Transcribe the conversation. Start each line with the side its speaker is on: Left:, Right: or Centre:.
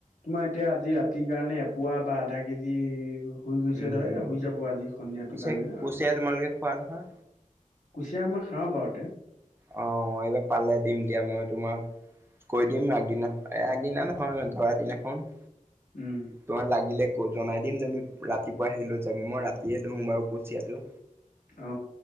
Left: তোমাৰ এতিয়া আজি ৰাতি সেইকাৰণে এপোৱা বা আধা কেজি হৈ গৈছে
Right: উম
Left: ধৰ হৈ যাব আজি সন্ধিয়াটোৰ
Right: পিছে
Left: কাৰণে
Right: কুচিয়া
Left: অ
Right: তোমালোকে খোৱা নহয়
Left: কুচিয়া আমাৰ খাওঁ বাৰুতে।
Right: অ এইবাৰ পালে দিম দিয়া মই তোমাৰ কৈ দিম আগদিনা আগদিনা নহয় ধৰা দিনাখন।
Left: উম
Right: তোমাৰ লাগিলে ক জনাই দিম তুমি ৰাতিপুৱা আহি লৈ যাবা মই ৰাতিয়ে ধৰো বাৰু কচিয়াতটো।
Left: অ